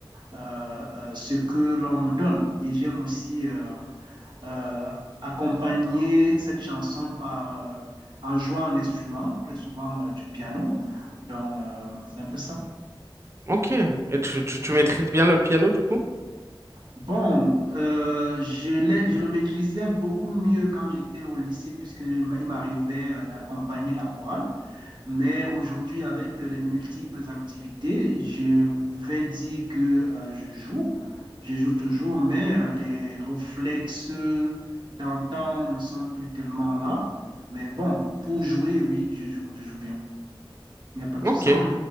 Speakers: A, on the right; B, on the right.
A: euh, euh, ce que l'on me donne. Et j'aime aussi euh, euh, accompagner cette chanson par, euh, en jouant un instrument, très souvent euh, du piano. Donc euh, c'est un peu ça.
B: ok. Et tu, tu, tu maîtrises bien le piano du coup?
A: Bon, euh, je l'ai- je le maîtrisais beaucoup mieux quand j'étais au lycée, puisque il m'a- il m'arrivait euh, d'accompagner la chorale. Mais aujourd'hui, avec les multiples activités, je vais dire que euh, je joue. Je joue toujours, mais euh, les réflexes d'antan ne sont plus tellement là. Mais bon, pour jouer, oui, je joue, je joue bien. Il n'y a pas de
B: Ok,
A: souci.